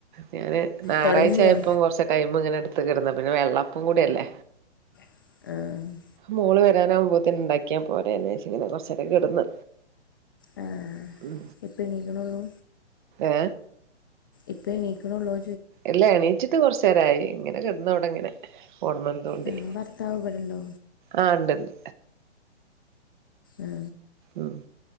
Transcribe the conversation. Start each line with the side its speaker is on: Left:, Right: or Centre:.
Right: ഞാാന് ഞായറാഴ്ച
Left: തുടങ്ങിയോ
Right: ആയപ്പം കൊറച്ച ടൈമ ഇങ്ങനെ എടുത്ത് കിടന്ന പിന്നെ വെള്ളപ്പം കൂടി അല്ലേ
Left: ആഹ! <unintelligible>
Right: മോള് വരാനാവകുമ്പോത്തന്നെ ഇണ്ടാക്കിയാ പോര ഇങ്ങനെ കൊറച്ചൊക്കെ കിടന്ന്
Left: ആ
Right: ഉ
Left: ഇപ്പം എണീക്കണുള്ളൂ
Right: ഏ
Left: ഇപ്പേ ണീക്കണ ലോ
Right: എല്ല എണീച്ചിട്ട് കുറച്ചു നേരായി ഇങ്ങനെ കിടന്ന അവിടെ ഇങ്ങനെ <inaudible> ഓണ്മന്ന്തണ്ടി
Left: ആ ഭർത്താവ് ഇവിടെണ്ടോ
Right: ആഹ! ഉണ്ടണ്ട്
Left: ആ
Right: ഉ